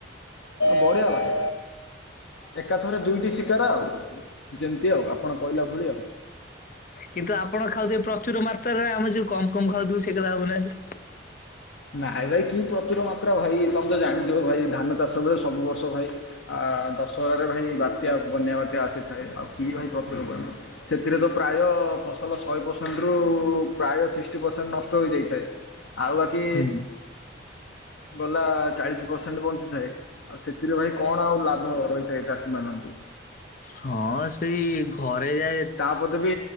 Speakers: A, on the left; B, on the left.
A: ବଢିଆ ଭାଇ ଏକାଥରେ ଦୁଇଟି ଶିକାର ଆଉ ଯେମିତି ଆଉ ଆପଣ କହିଲା ଭଳି ଆଉ।
B: କିନ୍ତୁ ଆପଣ ଖାଉଥିବେ ପ୍ରଚୁର ମାତ୍ରାରେ ଆମେ ଯୋଉ କମ କମ ଖାଉଥିବୁ ସେ କଥା ଭାବୁନାହାନ୍ତି।
A: ନାଇଁ ଭାଇ କି ପ୍ରଚୁର ମାତ୍ରା ଭାଇ ତମେ ତ ଜାଣିଥିବ ଭାଇ ଧାନଚାଷ ବେଳେ ସବୁ ବର୍ଷ ଭାଇ। ଆ ଦଶହରାରେ ଭାଇ ବାତ୍ୟା ବନ୍ୟା ବାତ୍ୟା ଆସିଥାଏ। ଆଉ କିଏ ଭାଇ ପ୍ରଚୁର ସେଥିରେ ତ ପ୍ରାୟ ଫସଲ ଶହେ ପରସେଣ୍ଟରୁ ପ୍ରାୟ ସିକ୍ସଟି ପରସେଣ୍ଟ ନଷ୍ଟ ହୋଇଯାଇଥାଏ। ଆଉ ବାକି
B: ହୁଁ
A: ଗଲା ଚାଳିଶ ପରସେଣ୍ଟ ବଞ୍ଚିଥାଏ। ଆଉ ସେଥିରେ ଭାଇ କଣ ଆଉ ଲାଭ ରହିଥାଏ ଚାଷୀମାନଙ୍କୁ?
B: ହଁ ସେଇ ଘରେ ଯା
A: ତା ପଦ ବି